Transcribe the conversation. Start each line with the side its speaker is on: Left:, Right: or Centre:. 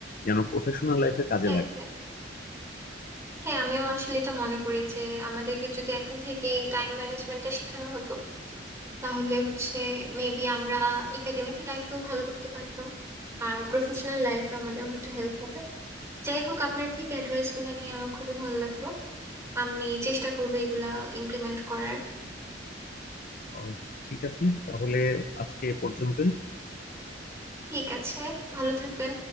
Left: যেন প্রফেশনাল লাইফে কাজে
Right: হ্যাঁ
Left: লাগে
Right: হ্যাঁ হ্যাঁ, আমিও আসলে এটা মনে করি যে আমাদেরকে যদি এখন থেকে এই টাইম ম্যানেজমেন্টটা শেখানো হতো তাহলে হচ্ছে মেবি আমরা একাডেমিক লাইফেও ভালো করতে পারতাম আর প্রফেশনাল লাইফে আমাদের হয়তো হেল্প হবে যাই হোক আপনার থেকে অ্যাডভাইস গুলো নিয়ে আমার খুবই ভালো লাগলো আমি চেষ্টা করবো এগুলা ইমপ্লিমেন্ট করার
Left: আহ, ঠিক আছে তাহলে আজকে এ পর্যন্তই
Right: ঠিক আছে ভালো থাকবেন